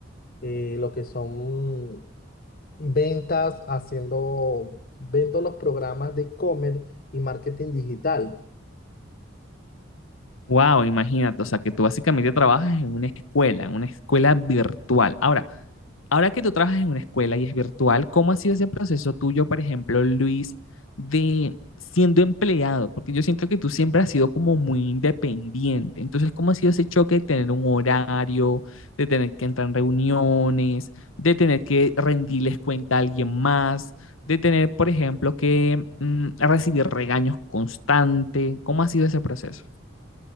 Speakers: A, on the left; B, on the left.
A: eh, lo que son ventas, haciendo, vendo los programas de e-commerce y marketing digital.
B: Wow, imagínate, o sea, que tú básicamente trabajas en una escuela, en una escuela virtual. Ahora, ahora que tú trabajas en una escuela y es virtual, ¿cómo ha sido ese proceso tuyo, por ejemplo, Luis, de siendo empleado? Porque yo siento que tú siempre has sido como muy independiente. Entonces, ¿cómo ha sido ese choque de tener un horario, de tener que entrar en reuniones, de tener que rendirles cuenta a alguien más, de tener, por ejemplo, que mm, recibir regaños constantes? ¿Cómo ha sido ese proceso?